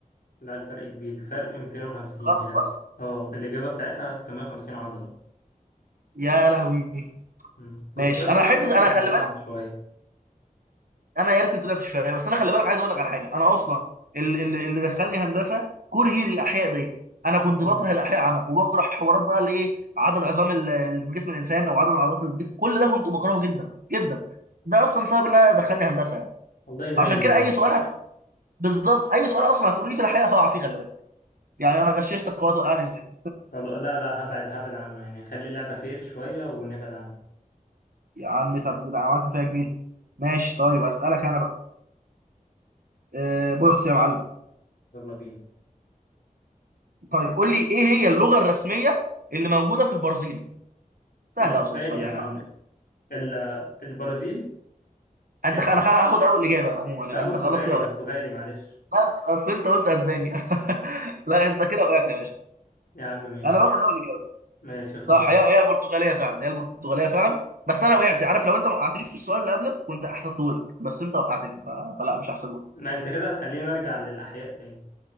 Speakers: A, on the left; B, on the right.
A: لا الفرق كبير الفرق 250
B: خلاص
A: هي ز-
B: خلاص
A: أه الإجابة بتاعتها 650 عضلة
B: يا لهوي
A: مم. كنت
B: ماشي
A: بس
B: انا
A: أنت
B: حته
A: طلعت
B: انا
A: كمان
B: خلي بالك
A: شوية
B: انا يا ريتني طلعت شغال بس انا خلي بالك عايز اقول لك على حاجه انا اصلا اللي, اللي دخلني هندسه كرهي للاحياء دي انا كنت
A: والله
B: بكره الاحياء عامه وبكره حوارات بقى الايه عدد عظام ال- اللي في جسم الانسان او عدد العضلات اللي في جسم كل ده كنت بكرهه جدا جدا ده اصلا سبب ان انا دخلني هندسه يعني
A: والله زيي
B: فعشان كده
A: برضه
B: اي سؤال هت... بالظبط اي سؤال اصلا هتقولي لي في الاحياء هقع فيه خلي بالك يعني انا غششتك وقت وقعني ازاي
A: خلاص لا لا هبعد هبعد عنه يعني خلي اللعبة فير شوية ونبعد عنه
B: يا عم طب ده عملت فيها جميل ماشي طيب اسالك انا بقى أه بص يا معلم
A: يلا بينا
B: طيب قول لي ايه هي اللغه الرسميه اللي موجوده في البرازيل سهله
A: الأسباني
B: اصول شويه
A: يا
B: يعني
A: معلم
B: نوعاً ما.
A: ال- البرازيل
B: انت
A: يا أسب...
B: خ... انا خ- هاخد اول اجابه عموما يعني
A: لا
B: انت
A: برتغالي
B: خلاص كده
A: برتغالي
B: وقعت
A: معلش
B: بس اصل انت قلت اسبانيا <laughs> لا انت كده وقعت يا باشا
A: يا عم ماشي
B: انا باخد اول اجابه
A: ماشي خلاص
B: صح هي هي البرتغاليه فعلا هي البرتغاليه فعلا بس انا وقعت عارف لو انت ما وقعتنيش في السؤال اللي قبلك كنت احسبته لك بس انت وقعتني ف... فلا مش هحسبه لك.
A: ما أنت كده هتخليني أرجع للأحياء تاني